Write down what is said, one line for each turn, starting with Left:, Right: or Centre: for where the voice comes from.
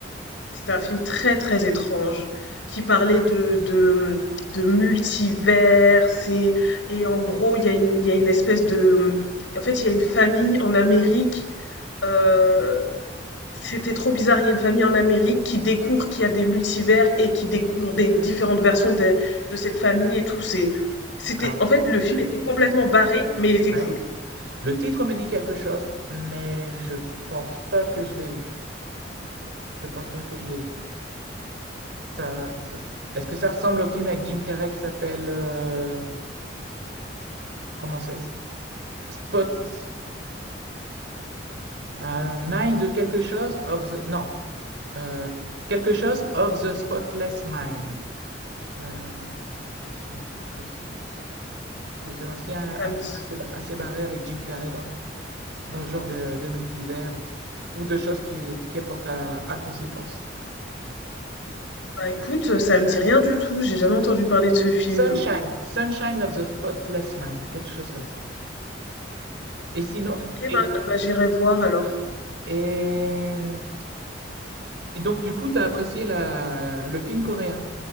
Left: C'était un film très très étrange qui parlait de de, de multivers et, et en gros il y a une il y a une espèce de en fait il y a une famille en Amérique euh, c'était trop bizarre, il y a une famille en Amérique qui découvre qu'il y a des multivers et qui découvre des différentes versions de, de cette famille et tout. C'est, c'était,
Right: Alors,
Left: en fait, le film était complètement barré, mais il était
Right: ouais.
Left: cool.
Right: Le titre me dit quelque chose, mais je pense pas que je l'ai vu. Je pense pas que je l'ai vu. Ça, ça- est-ce que ça ressemble au film avec Jim Carrey qui s'appelle euh, comment c'est? Spot. Euh, mind quelque chose of the... Non. Euh, quelque chose of the spotless mind. Euh, je me souviens plus ce que c'est. c'est aussi un, un
Left: Ça me
Right: film
Left: dit,
Right: assez, assez barré avec Jim Carrey dans, dans le genre de, de multivers ou, ou de choses qui, qui apportent à, à conséquence.
Left: bah écoute, ça me dit rien du tout. J'ai jamais entendu parler de ce film,
Right: Sunshine.
Left: je crois.
Right: Sunshine of the spotless mind. Quelque chose comme ça. Et sinon...
Left: Ok,
Right: Et,
Left: bah, bah j'irai voir alors.
Right: et Et donc, du coup, t'as apprécié la... le film coréen.